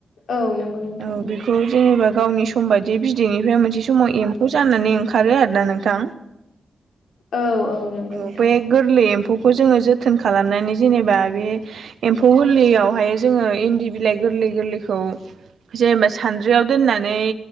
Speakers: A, on the left; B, on the right.
A: औ नंगौ नोंथां
B: औ बेखौ जेनेबा गावनि सम बायदि बिदैनिफ्राय मोनसे समाव एम फौ जानानै ओंखारो आरोना नोंथां
A: औ नंगौ
B: औ
A: नोंथां
B: बै गोरलै एम्फौखौ जोङो जोथोन खालामनानै जेनेबा बे एम्फौ गोरलैयावहाय जोङो इन्दि बिलाइ गोरलै गोरलैखौ जेनेबा सान्द्रियाव दोननानै